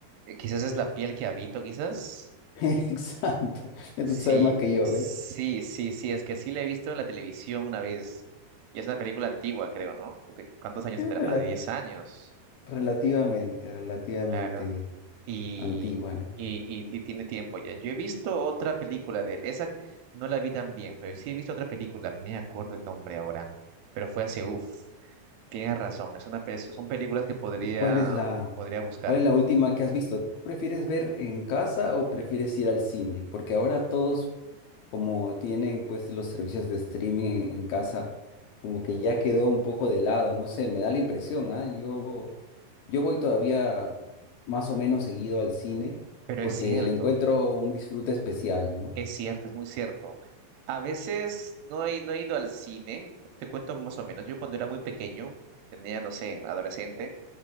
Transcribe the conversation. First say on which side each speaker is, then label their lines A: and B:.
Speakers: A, on the right; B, on the left.
A: Eh, Quizás es La piel que habito, quizás.
B: <laughs> Exacto, ya
A: Sí,
B: tú sabes más que yo,
A: sí,
B: ¿ves?
A: sí, sí, es que sí la he visto en la televisión una vez. Y es una película antigua, creo, ¿no? ¿De cuántos años
B: Es
A: tendrá?
B: rela-
A: Más de 10 años.
B: relativamente, relativamente
A: Claro. Y,
B: antigua, ¿no?
A: y, y, y tiene tiempo ya. Yo he visto otra película de él. Esa no la vi tan bien, pero sí he visto otra película. No Me acuerdo el nombre ahora, pero fue hace, uff. Tienes razón, es una peli- son películas que podría,
B: ¿Y cuál es la,
A: podría buscar.
B: cuál es la última que has visto? ¿Tú ¿Prefieres ver en casa o prefieres ir al cine? Porque ahora todos, como tienen pues los servicios de streaming en casa, como que ya quedó un poco de lado, no sé, me da la impresión, ¿ah? Yo, yo voy todavía más o menos seguido al cine
A: Pero
B: porque
A: es cierto,
B: le encuentro un disfrute especial, ¿no?
A: es cierto, es muy cierto. A veces no he, no he ido al cine, te cuento más o menos. Yo cuando era muy pequeño, tenía, no sé, adolescente,